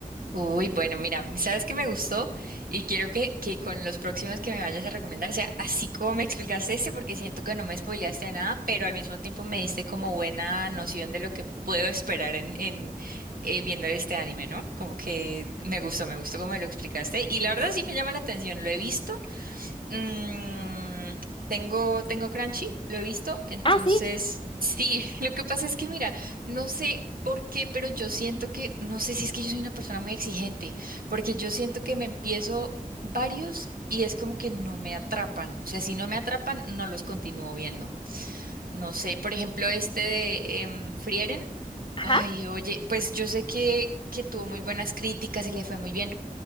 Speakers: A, on the right (about 85°); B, on the left (about 35°).
A: Uy, bueno, mira, ¿sabes que me gustó? Y quiero que, que con los próximos que me vayas a recomendar sea así como me explicaste este, porque siento que no me spoileaste de nada, pero al mismo tiempo me diste como buena noción de lo que puedo esperar en, en eh, viendo este anime, ¿no? Como que me gustó, me gustó como me lo explicaste. Y la verdad sí me llama la atención, lo he visto, Mm, tengo, tengo Crunchy, lo he visto, entonces
B: Ah, sí,
A: sí, <laughs> lo que pasa es que mira, no sé por qué, pero yo siento que, no sé si es que yo soy una persona muy exigente, porque yo siento que me empiezo varios y es como que no me atrapan, o sea, si no me atrapan, no los continúo viendo. No sé, por ejemplo, este de em, Frieren,
B: ajá.
A: ay, oye, pues yo sé que, que tuvo muy buenas críticas y le fue muy bien,